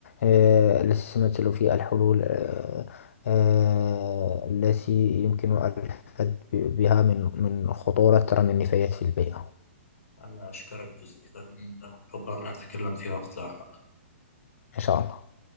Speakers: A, on the left; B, on the left.
A: آه، التي تتمثل في الحلول آه، آه، التي يمكن الحد بها من من خطورة رمي النفايات في البيئة
B: أنا أشكرك جزيلا ربما نتكلم في وقت لاحق
A: إن شاء الله